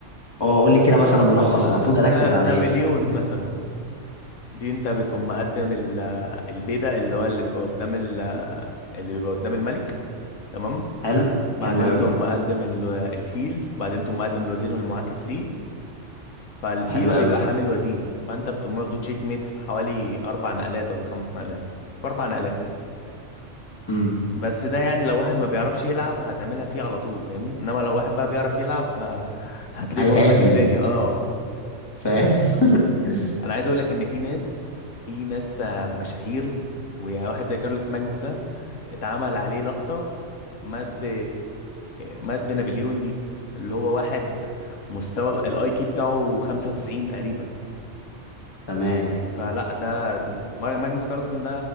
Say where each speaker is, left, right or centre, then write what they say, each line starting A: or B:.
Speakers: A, on the left; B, on the left.
A: اه قول لي كده مثلا ملخص
B: آه
A: المفروض اركز
B: ن...
A: على
B: نابليون
A: ايه
B: مثلا دي انت بتقوم مقدم ال... البدأ اللي هو اللي بيبقى قدام ال... اللي بيبقى قدام الملك تمام
A: حلو
B: بعدين
A: حلو قوي
B: تقوم مقدم ال... الفيل بعدين تقوم مقدم الوزير المعاكس ليه فالفيل
A: حلو
B: بيبقى
A: قوي
B: حامل وزير فانت بتقوم واخده تشيك ميت في حوالي اربع نقلات ولا خمس نقلات في اربع نقلات
A: امم
B: بس ده يعني لو واحد ما بيعرفش يلعب هتعملها فيه على طول فاهمني انما لو واحد بقى بيعرف يلعب ه- هتلاقيه
A: هيتعبني
B: بوظ لك الدنيا اه
A: فاهم <laughs>
B: انا عايز اقول لك ان في ناس في ناس آه، مشاهير وواحد زي كارلوس ماجنس ده اتعمل عليه لقطة مات ب مات بنابليون دي اللي هو واحد مستوى الاي كيو بتاعه 95 تقريبا
A: تمام
B: فلا ده مار- ماجنس كارلسن ده